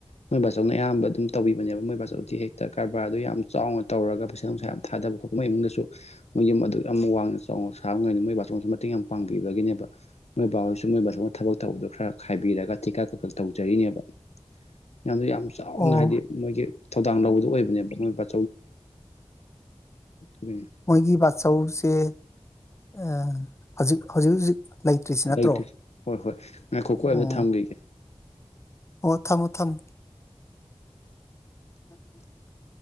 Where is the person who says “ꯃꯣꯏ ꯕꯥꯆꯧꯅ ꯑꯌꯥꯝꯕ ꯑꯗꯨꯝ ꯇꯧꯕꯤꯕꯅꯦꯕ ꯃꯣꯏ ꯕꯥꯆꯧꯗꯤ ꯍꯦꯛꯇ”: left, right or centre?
Left